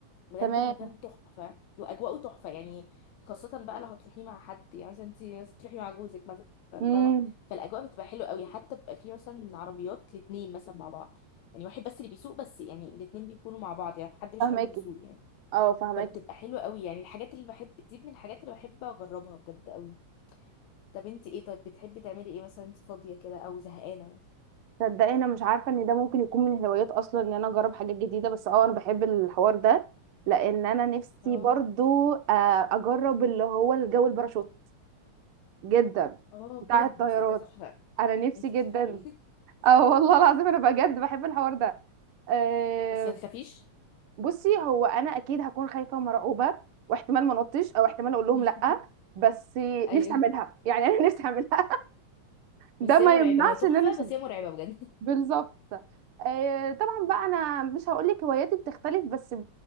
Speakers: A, on the left; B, on the right.
A: بجد
B: تمام
A: ومكان تحفة وأجواءه تحفة يعني خاصة بقى لو هتروحي مع حد يعني مثلا انت مثلا تروحي مع جوزك مثلا فاهمة
B: امم
A: فالأجواء بتبقى حلوة قوي حتى بيبقى في مثلا عربيات الاتنين مثلا مع بعض يعني واحد بس اللي بيسوق بس يعني الاتنين بيكونوا مع بعض يعني حد مش
B: فهماكي
A: حابب يسوق يعني
B: اه فهماكي
A: فبتبقى حلوة قوي يعني الحاجات اللي بحب دي من الحاجات اللي بحب أجربها بجد قوي طب انت ايه طيب بتحبي تعملي ايه مثلا انت فاضية كده أو زهقانة مثلا
B: تصدقي انا مش عارفه ان ده ممكن يكون من الهوايات اصلا ان انا اجرب حاجات جديده بس اه انا بحب الحوار ده لان انا نفسي
A: اه
B: برضو آه، اجرب اللي هو الجو الباراشوت جدا
A: اه
B: بتاع
A: بجد
B: الطيارات
A: ده تحفة
B: انا نفسي
A: انتي
B: جدا
A: بتفهمي <laughs>
B: اه والله العظيم انا بجد بحب الحوار ده أه
A: بس ما تخافيش
B: بصي هو انا اكيد هكون خايفه ومرعوبه واحتمال ما نطش او احتمال اقول لهم
A: <laughs>
B: لا بس
A: ايوه
B: نفسي اعملها يعني <laughs> انا نفسي اعملها ده
A: بس
B: ما
A: هي مرعبة
B: يمنعش
A: هي تحفة
B: ان انا نفسي
A: بس
B: أعملها.
A: هي مرعبة بجد
B: بالظبط أه طبعا بقى انا مش هقول لك هواياتي بتختلف بس